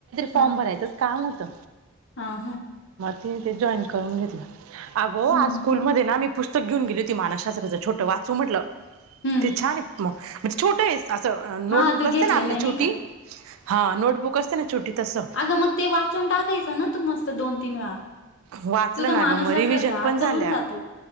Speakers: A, on the right; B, on the left.
A: फॉर्म
B: हा
A: भरायचंच काम होतं.
B: हा हम.
A: जॉन करून घेतल, आग आज
B: हम्म
A: स्कूल
B: हम्म
A: मधे ना मी पूस पुस्तक घेऊन गेली होती मानास शास्त्राचं छोट वाचू म्हटलं,
B: हम्म.
A: ते छान आहे मग म्हणजे छोटं आहे. असं अ नोटबुक
B: हा तू
A: असते
B: घेतलेला
A: ना आपली
B: आहे नाही
A: छोटी
B: का
A: हा नोटबुक असते ना छोटी तस.
B: अगं मग ते वाचून टाकायचं ना तू मस्त दोन तीन वेळा.
A: वाचलं
B: तुझा
A: ना
B: मानसशास्त्राचा
A: ग म रिव्हजन पण
B: अर्थ
A: झाल्या.
B: होऊन जातो.